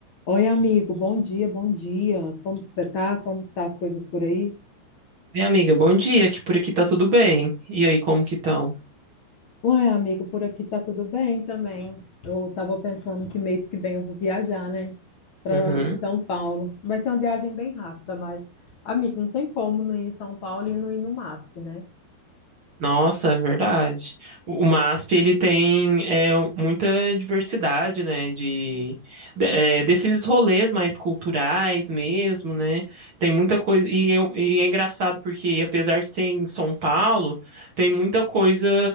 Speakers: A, on the left (about 80°); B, on the right (about 50°).
A: Oi, amigo, bom dia, bom dia. Como que você tá? Como que tá as coisas por aí?
B: Minha amiga, bom dia, que por aqui tá tudo bem. E aí, como que estão?
A: Oi, amigo, por aqui tá tudo bem também. Eu tava pensando que mês que vem eu vou viajar, né, para
B: Uhum.
A: São Paulo. Vai ser uma viagem bem rápida, mas amigo, não tem como não ir em São Paulo e não ir no MASP, né?
B: Nossa, é verdade. O o MASP, ele tem é, muita diversidade, né, de, de- é, desses rolês mais culturais mesmo, né, tem muita coisa, e, eu- e é engraçado porque, apesar de ser em São Paulo, tem muita coisa